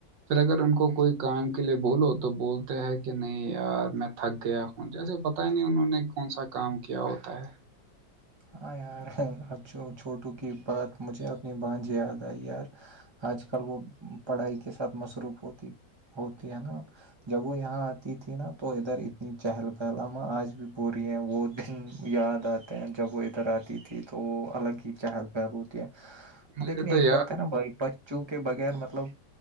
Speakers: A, on the right (about 80°); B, on the right (about 40°).
A: پھر اگر ان کو کوئی کام کے لیے بولو تو بولتے ہے کہ نہیں یار میں تھک گیا جیسے پتا ہی نہیں انہوں نے کون سا کام کیا ہوتا ہے
B: ہاں یار اب چھوٹو کی بات مجھے اپنی بھانجی یاد آئی یار آج کل وہ پڑھائی کے ساتھ مصروف ہوتی ہوتی ہے نا جب وہ یہاں آتی تھی نا تو ادھر اتنی چہل پہل اما آج بھی بول رہی ہیں وہ دن یاد آتے ہیں جب وہ ادھر آتی تھی تو وہ الگ ہی چہل پہل ہو تی
A: مجھے
B: لیکن
A: تو
B: ایک
A: یار
B: بات ہے نا بھائی بچوں کے بغیر مطلب